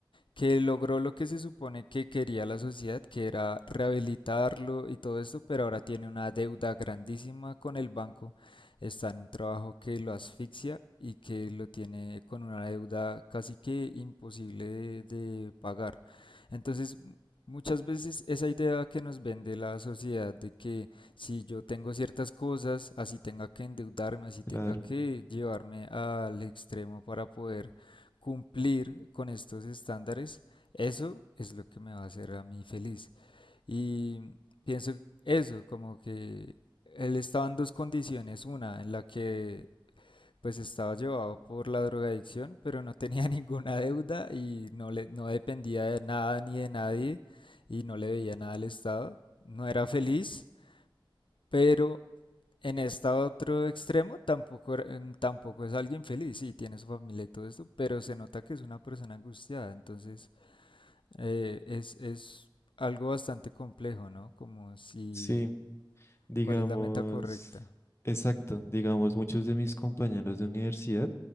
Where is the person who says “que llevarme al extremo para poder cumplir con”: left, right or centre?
Left